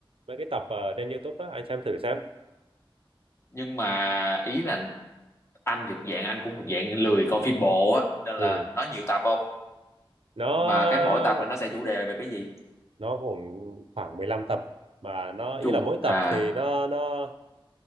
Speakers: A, on the right (about 85°); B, on the left (about 30°).
A: mấy cái tập ở trên YouTube á, anh xem thử xem.
B: nhưng mà ý là anh thuộc dạng anh cũng thuộc dạng lười coi phim bộ á nên
A: Ừ.
B: là nó nhiều tập không?
A: Nó
B: Và cái mỗi tập là nó sẽ chủ đề về cái gì?
A: nó cũng khoảng 15 tập mà nó ý
B: Chu
A: là mỗi
B: à
A: tập thì nó nó